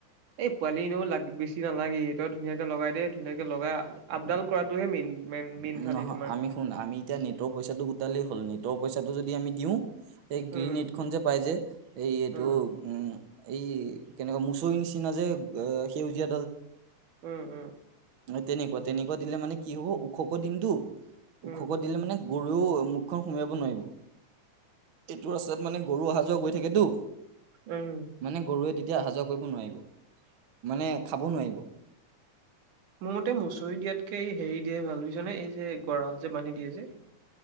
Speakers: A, on the right (about 70°); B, on the right (about 50°).
A: এই পোৱালি এনেও লাগ বেছি নালাগি এ ধুনীয়াকে লগাই দেই ধুনীয়াকে লগাই আপডাল কৰাটোহে মেইন মেইন মেইন খালি
B: নহয়
A: তোমাৰ
B: আমি শুন আমি এতিয়া নেটৰ পইচাটো গোটালেই হ'ল নেটৰ পইচাটো যদি আমি দিওঁ গ্ৰীণ
A: উম
B: নেট খন যে পাই যে এই এইটো
A: উম
B: উম এই কেনেকুৱা মুচৰি নিচি না যে সেউ যে
A: উম উম
B: তেনেকুৱা, তেনেকুৱা দিলে মানে কি হ'ব ও দিনটো ওখক
A: উম
B: দিলে মানে গৰুও মুখখন সোমোৱাব নোৱাৰিব এইটো ৰাস্তাত মানে গৰু অহা যোৱা কৰি থাকেতো
A: উম
B: মানে গৰুৱে এতিয়া অহা যোৱা কৰিব নোৱাৰিব মানে খাব নোৱাৰিব
A: মোৰ মতে মুচৰি দিয়াতকে এই হেৰি দিয়ে ভাল বুজিছ নে এই যে গঁৰাল যে বান্ধি দিয়ে যে